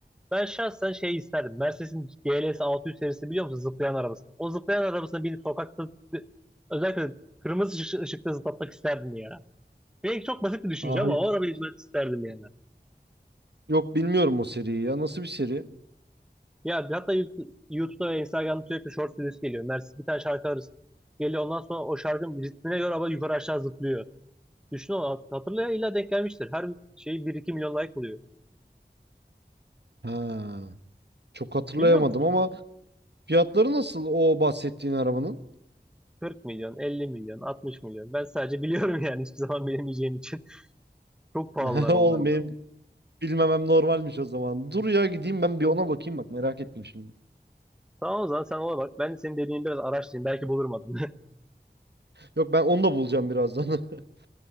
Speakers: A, in the centre; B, on the right (about 75°).
A: Ben şahsen şey isterdim. Mercedes'in GLS 600 serisini biliyor musun? Zıplayan arabası. O zıplayan arabasını binip sokakta özellikle kırmızı ışık- ışıkta zıplatmak isterdim ya. Belki çok basit bir düşünce
B: Aa,
A: ama
B: hayır.
A: o arabayı izlemek isterdim yani.
B: Yok bilmiyorum o seriyi ya. Nasıl bir seri?
A: Ya hatta YouTube- YouTube'da ve Instagram'da sürekli short videosu geliyor. Mercedes bir tane şarkı arası geliyor. Ondan sonra o şarkının ritmine göre araba yukarı aşağı zıplıyor. Düşün o hatırlaya illa denk gelmiştir. Her şey bir iki milyon like oluyor.
B: Ha. Çok hatırlayamadım
A: Bilmiyor musun?
B: ama fiyatları nasıl o bahsettiğin arabanın?
A: 40 milyon, 50 milyon, 60 milyon. Ben sadece <laughs> biliyorum yani hiçbir zaman bilemeyeceğim için. <laughs> Çok pahalılar
B: <laughs> Oğlum
A: onlar
B: Çok benim
A: da.
B: bilmemem normalmiş o zaman. Dur ya gideyim ben bir ona bakayım bak merak ettim şimdi.
A: Tamam o zaman sen ona bak. Ben de senin dediğin biraz araştırayım. Belki bulurum adını.
B: Yok ben onu da bulacağım birazdan. <laughs>